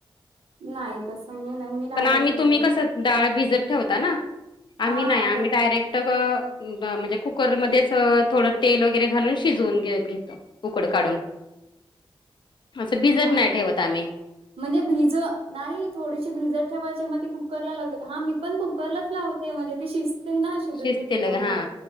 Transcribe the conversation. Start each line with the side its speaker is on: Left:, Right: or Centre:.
Right: नाही तसं मी नाही मी डायरेक्टली
Left: पण आम्ही तुम्ही
Right: करते
Left: कस डाळ भिजत ठेवता ना
Right: हा
Left: आम्ही नाही आम्ही
Right: ग
Left: डायरेक्ट म्हणजे कुकरमध्येध्येच थोडं तेल वगैरे घालून शिजवून घेत उकडं काढून
Right: <unintelligible>
Left: असं भिजत
Right: हा
Left: नाही ठेवत आम्ही
Right: म्हणजे भिज नाही थोडीशी भिजत ठेवायची मग कुकरला लग हा मी पण क कुकरलाच लावते म्हणजे ते शिजते ना शिजून
Left: शिजते
Right: देतते
Left: लगे
Right: बरोबर
Left: हा